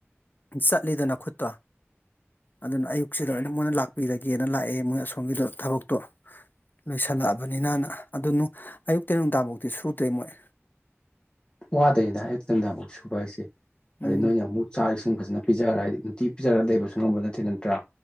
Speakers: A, on the left; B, on the left.
A: ꯆꯠꯂꯤꯗꯅ ꯈꯨꯠꯇꯣ ꯑꯗꯨꯅ ꯑꯌꯨꯛꯁꯤꯗ ꯑꯣꯏꯅ ꯃꯣꯏꯅ ꯂꯥꯛꯄꯤꯒꯦꯅ ꯂꯥꯛꯑꯦ ꯃꯣꯏ ꯑꯁꯣꯝꯒꯤꯗ ꯊꯕꯛꯇꯣ ꯂꯣꯏꯁꯤꯜꯂꯛꯑꯕꯅꯤꯅꯅ ꯑꯗꯨ ꯑꯌꯨꯛꯇꯩ ꯅꯨꯡꯗꯥꯥꯡꯐꯥꯎꯗꯤ ꯁꯨꯗ꯭ꯔꯦ ꯃꯣꯏ
B: ꯋꯥꯗꯣꯏꯅꯤꯗ ꯍꯥꯏꯗꯤ ꯅꯨꯡꯗꯥꯡꯕꯨꯛ ꯁꯨꯕ ꯍꯥꯏꯁꯦ ꯑꯗꯩ
A: ꯎꯝ
B: ꯅꯣꯏꯅ ꯑꯃꯨꯛ ꯆꯥꯛ ꯏꯁꯤꯡ ꯐꯖꯅ ꯄꯤꯖꯈꯔ ꯍꯥꯏꯗꯤ ꯅꯨꯡꯇꯤ ꯄꯤꯖꯔꯒ ꯂꯩꯕꯁꯨ ꯉꯝꯕ ꯅꯠꯇꯦ ꯅꯠꯇ꯭ꯔꯥ